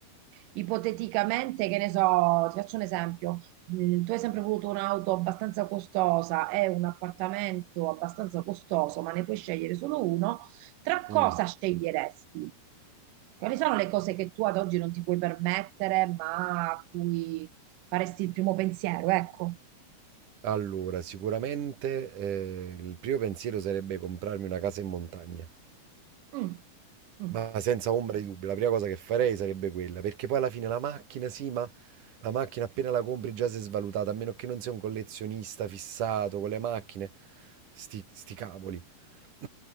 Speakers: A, on the right; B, on the right.
A: Ipoteticamente, che ne so, ti faccio un esempio. Mm, tu hai sempre voluto un'auto abbastanza costosa e un appartamento abbastanza costoso, ma ne puoi scegliere solo uno. Tra cosa
B: mm.
A: sceglieresti? Quali sono le cose che tu ad oggi non ti puoi permettere, ma a cui faresti il primo pensiero? Ecco.
B: Allora, sicuramente eh, il primo pensiero sarebbe comprarmi una casa in montagna,
A: Mm, mm,
B: ma senza ombra di dubbio, la prima cosa che farei sarebbe quella, perché poi alla fine la macchina, sì, ma la macchina appena la compri già si è svalutata, a meno che non sei un collezionista fissato con le macchine, sti, sti cavoli. <clears throat>